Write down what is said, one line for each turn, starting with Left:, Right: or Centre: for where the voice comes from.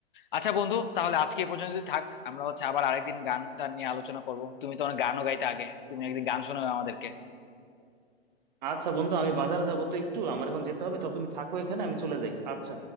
Left: আচ্ছা বন্ধু তাহলে আজকে এ পর্যন্ত থাক আমরা হচ্ছে আবার আরেকদিন গানটা নিয়ে আলোচনা করব তুমি তো অনেক গানও গাইতে আগে তুমি একদিন গান শোনাও আমাদেরকে
Right: আচ্ছা বন্ধু আমি বাজারে যাবো তো একটু আমার এখন যেতে হবে তাহলে তুমি থাকো এখানে আমি চলে যাই আচ্ছা